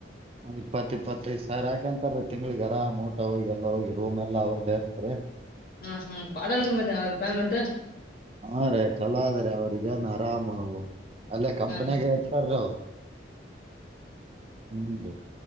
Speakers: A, on the right (about 30°); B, on the left (about 50°).
A: ಇಪ್ಪತ್ತ ಇಪ್ಪತ್ತೈದ ಸಾವಿರ ಯಾಕ ಅಂತಾರೀ ತಿಂಗಗಳಿಗೆರ ಮೂ ಹೋಗ ಎಲ್ಲ ಹೋಗಿ ರೂಮ್ಲ್ಲ ಅವ್ರದ್ದೇ ಇರ್ತಾರೆ
B: ಹಾ ಹಾ ಪಾಡಲ್ರಿ ಮತ್ತೆ ಅವ್ರ ಪೇಮೆಂಟ್
A: ಹಾ ರೇ ಚಲೋ ಅದ್ರೆ ಅವ್ರಗ ಏನ್ ಆಾಮ್ವು ಅಲ್ಲೇ ಕಂಪನಿಯಾಗ
B: ಹಾ
A: ಇರ್ತಾರೀ ಅವರು ಹ್ಮ